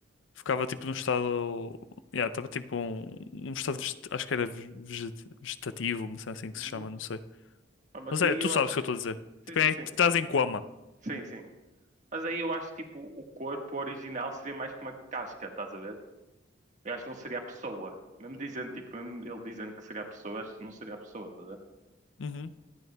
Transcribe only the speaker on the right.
Uhum.
Ah, mas
aí
eu
acho,
sim,
sim,
sim,
sim, sim. Mas aí eu acho tipo o corpo original seria mais que uma casca, estás a ver? Eu acho que não seria a pessoa. Mesmo dizendo, tipo, mesmo ele dizendo que seria a pessoa, eu acho que não seria a pessoa, estás a ver?